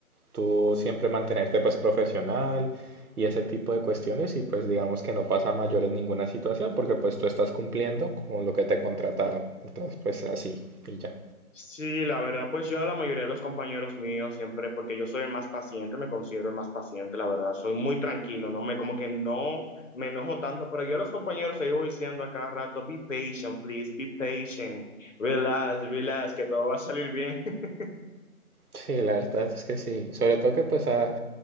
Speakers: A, on the right; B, on the left.
A: tú siempre mantenerte pues profesional y ese tipo de cuestiones y pues digamos que no pasa a mayores ninguna situación porque pues tú estás cumpliendo con lo que te contrataron. Entonces pues así y ya.
B: Sí, la verdad, pues yo a la mayoría de los compañeros míos siempre, porque yo soy el más paciente, me considero el más paciente, la verdad, soy muy tranquilo, no me como que no me enojo tanto, pero yo a los compañeros les voy diciendo a cada rato, be patient, please, be patient, relax, relax, que todo va a salir bien. <laughs>
A: Sí, la verdad es que sí. Sobre todo que pues a-